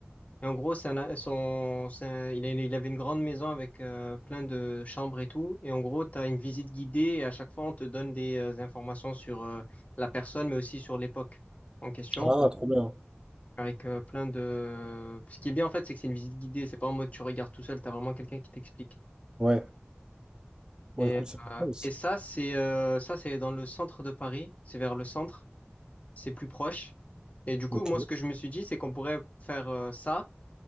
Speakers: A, on the left; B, on the right.
A: Et en gros, c'est un, euh, son, c'est un- il a- une- il avait une grande maison avec euh, plein de chambres et tout. Et en gros, tu as une visite guidée et à chaque fois, on te donne des euh, informations sur euh, la personne, mais aussi sur l'époque en question.
B: Ah, trop bien.
A: avec euh, plein de... Ce qui est bien en fait, c'est que c'est une visite guidée, c'est pas en mode tu regardes tout seul, t'as vraiment quelqu'un qui t'explique.
B: Ouais. Bon,
A: Et,
B: écoute, c'est pas
A: euh,
B: mal aussi.
A: et ça, c'est euh, ça, c'est dans le centre de Paris, c'est vers le centre, c'est plus proche. Et du coup,
B: Ok.
A: moi, ce que je me suis dit, c'est qu'on pourrait faire euh, ça,